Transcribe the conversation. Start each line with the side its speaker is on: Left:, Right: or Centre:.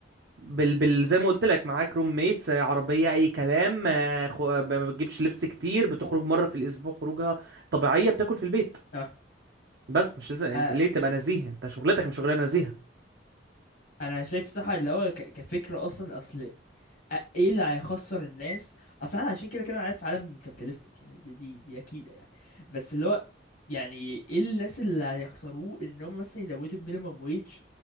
Right: بال... بال... زي ما قلت لك معاك روم ميتس عربية أي كلام آه، خ... آه، ما ما بتجيبش لبس كتير بتخرج مرة في الأسبوع خروجة طبيعية بتاكل في البيت
Left: اه
Right: بس مش لازم انت
Left: آه،
Right: ليه تبقى نزيه انت شغلتك مش شغلانه نزيهه
Left: انا شايف صح اللي هو ك... كفكره اصلا اصل أ- ايه اللي هيخسر الناس اصل احنا عايشين كده كده انا عارف عالم كابيتالستيك يعني دي دي دي اكيده يعني بس اللي هو يعني ايه الناس اللي هيخسروه ان هم مثلا يزودوا المينيمم ويج